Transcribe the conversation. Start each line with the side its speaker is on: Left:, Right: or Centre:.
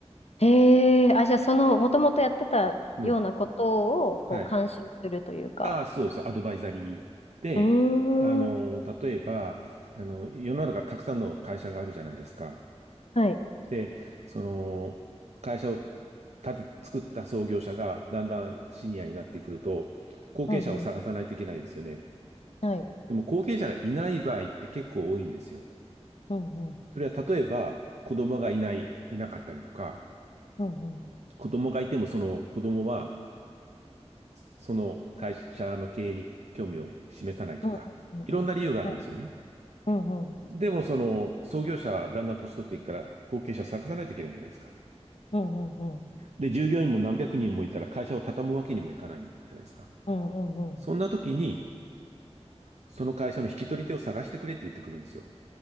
Left: へえ、あ、じゃあその、もともとやってたようなことを、
Right: うん。
Left: こう、
Right: はい。
Left: 監修するというか。
Right: ああ、そうです。アドバイザリーで、
Left: うー
Right: あの、
Left: ん。
Right: 例えば、あの、世の中たくさんの会社があるじゃないですか。
Left: はい。
Right: で、その、会社を立て、作った創業者がだんだんシニアになってくると、後継者を探さないといけないですよね。
Left: うんうん。はい。
Right: でも後継者がいない場合って結構多いんですよ。
Left: うんうん。
Right: それは例えば子供がいない、いなかったりとか、
Left: うんうん。
Right: 子供がいてもその子供はその会社の経営に興味を示さないとか、
Left: うんうんうんうん。
Right: いろんな理由があるんですよね。
Left: はいうんうん。
Right: でもその創業者だんだん年取っていくから後継者探さないといけないじゃないですか。
Left: うんうんうん。
Right: で、従業員も何百人もいたら会社を畳むわけにもいかないじゃないですか。
Left: うんうんうん。
Right: そんな時にその会社の引き取り手を探してくれって言ってくるんですよ。